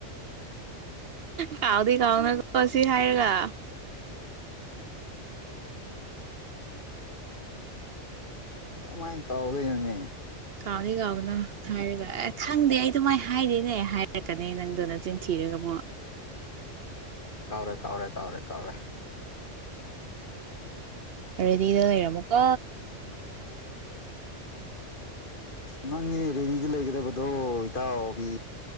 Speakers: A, on the right; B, on the left.
A: ꯀꯥꯎꯗꯤ ꯀꯥꯎꯅꯀꯣ ꯁꯤ ꯍꯥꯏꯔꯒ
B: ꯀꯃꯥꯏꯅ ꯀꯧꯗꯣꯏꯅꯣꯅꯦ
A: ꯀꯥꯎꯗ ꯀꯥꯎꯗꯅꯣ ꯍꯥꯏꯔꯒ ꯑꯦ ꯈꯪꯗꯦ ꯑꯩ ꯑꯗꯨꯃꯥꯏꯅ ꯍꯥꯏꯗꯣꯏꯅꯦ ꯑꯩ ꯍꯥꯏꯔꯛꯀꯅꯤ ꯅꯪꯗꯣ ꯅꯆꯤꯟ ꯊꯤꯔꯒ ꯑꯃꯨꯛ
B: ꯀꯥꯎꯔꯦ ꯀꯥꯎꯔꯦ ꯀꯥꯎꯔꯦ ꯀꯥꯎꯔꯦ
A: ꯎ ꯔꯦꯗꯤꯗ ꯂꯩꯔꯝꯃꯨꯀꯣ
B: <inaudible> ꯅꯪꯒꯤꯅꯦ ꯔꯦꯗꯤꯗ ꯂꯩꯒꯗꯕꯗꯣ ꯏꯇꯥꯎꯕꯤ